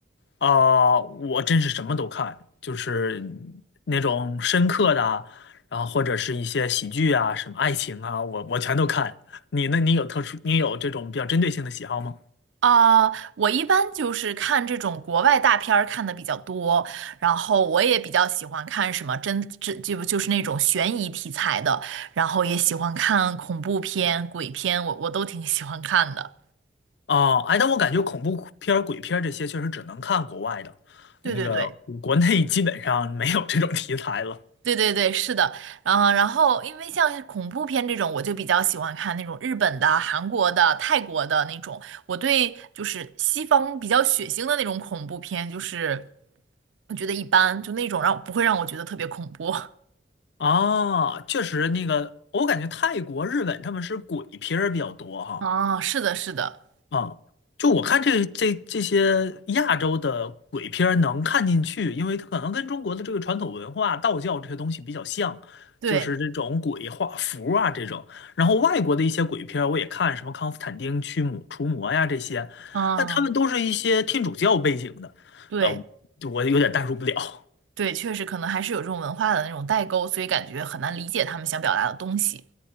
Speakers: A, on the left (about 65°); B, on the right (about 80°).
A: 啊、我真是什么都看，就是那种深刻的啊，然后或者是一些喜剧啊，什么爱情啊，我我全都看。你呢？你有特殊，你有这种比较针对性的喜好吗？
B: 啊、我一般就是看这种国外大片儿看的比较多，然后我也比较喜欢看什么真真就就是那种悬疑题材的，然后也喜欢看恐怖片、鬼片，我我都挺喜欢看的。
A: 哦，哎，但我感觉恐怖片儿、鬼片儿这些确实只能看国外的，
B: 对对对。
A: 那个国内基本上没有这种题材了。
B: 对对对，是的，然后然后因为像是恐怖片这种，我就比较喜欢看那种日本的、韩国的、泰国的那种。我对就是西方比较血腥的那种恐怖片，就是我觉得一般，就那种让不会让我觉得特别恐怖。
A: 啊，确实，那个我感觉泰国、日本他们是鬼片儿比较多哈。
B: <laughs> 啊，是的，是的，
A: 啊，就我看这这这些亚洲的鬼片儿能看进去，因为它可能跟中国的这个传统文化、道教这些东西比较像，
B: 对，
A: 就是这种鬼画符啊这种。然后外国的一些鬼片儿我也看，什么《康斯坦丁驱魔除魔》呀这些，
B: 嗯，
A: 那他们都是一些天主教背景的，
B: 对
A: 呃，就我有点代入不了。
B: 对，确实可能还是有这种文化的那种代沟，所以感觉很难理解他们想表达的东西。